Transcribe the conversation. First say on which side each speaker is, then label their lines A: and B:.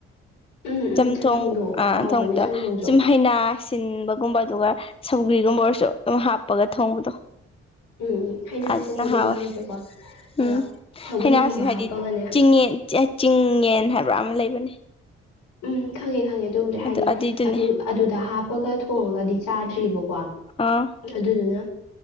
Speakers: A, on the left (about 75°); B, on the left (about 15°).
A: ꯎꯝ ꯎꯝ
B: ꯆꯝꯊꯣꯡ
A: ꯆꯝꯊꯣꯡꯗꯣ
B: ꯑ
A: ꯍꯥꯎꯕꯅꯦ
B: ꯊꯣꯡꯕꯗ
A: ꯆꯝꯊꯣꯡꯁꯨ
B: ꯁꯨꯝ ꯍꯩꯅꯥ ꯁꯤꯟꯕꯒꯨꯝꯕ ꯑꯗꯨꯒ ꯁꯧꯒ꯭ꯔꯤꯒꯨꯝꯕ ꯑꯣꯏꯔꯁꯨ ꯑꯗꯨꯝ ꯍꯥꯞꯄꯒ ꯊꯣꯡꯕꯗꯣ
A: ꯎꯝ ꯎꯝ ꯍꯩꯅ
B: ꯑꯗꯨꯅ
A: ꯑꯁꯤꯟꯕꯗꯨꯗꯤ
B: ꯍꯥꯎꯋꯦ
A: ꯍꯪꯗ꯭ꯔꯦꯀꯣ ꯑꯗꯣ
B: ꯎꯝ
A: ꯁꯧꯒ꯭ꯔꯤꯒꯨꯝꯕ
B: ꯍꯩꯅꯥꯁꯤ ꯍꯥꯏꯗꯤ
A: ꯍꯥꯞꯄꯒꯅꯦ
B: ꯆꯤꯡꯌꯦꯟ ꯆꯤꯡꯌꯦꯟ ꯍꯥꯏꯕ꯭ꯔꯥ ꯑꯃ ꯂꯩꯕꯅꯦ
A: ꯎꯝ ꯈꯪꯉꯦꯦ ꯈꯪꯉꯦ ꯑꯗꯨꯕꯨꯗꯤ ꯍꯥꯏꯗꯤ
B: ꯑꯗꯨ ꯑꯗꯨꯏꯗꯨꯅꯦ
A: ꯑꯗꯨ ꯑꯗꯨꯗ ꯍꯥꯞꯄꯒ ꯊꯣꯡꯉꯒꯗꯤ ꯆꯥꯗ꯭ꯑꯔꯤꯕꯀꯣ
B: ꯑꯥ
A: ꯑꯗꯨꯗꯨꯅ